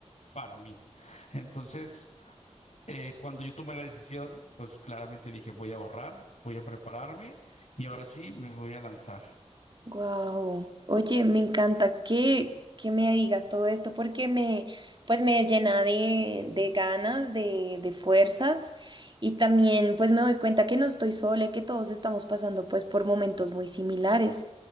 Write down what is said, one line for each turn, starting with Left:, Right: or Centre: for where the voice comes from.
Left: para mí. Entonces, eh, cuando yo tomé la decisión, pues claramente dije, voy a ahorrar, voy a prepararme y ahora sí me voy a lanzar.
Right: Wow. Oye, me encanta que, que me digas todo esto porque me, pues me llena de, de ganas, de, de fuerzas y también pues me doy cuenta que no estoy sola y que todos estamos pasando pues por momentos muy similares.